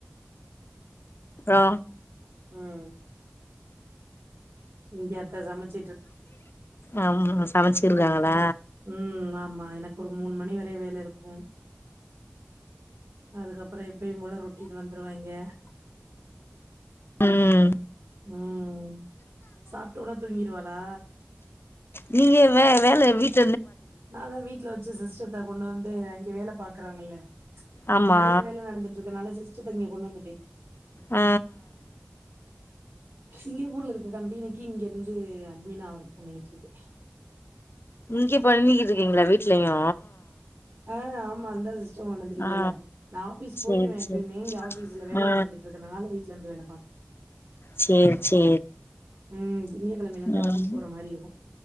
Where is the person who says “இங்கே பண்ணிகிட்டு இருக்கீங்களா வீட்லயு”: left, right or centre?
Left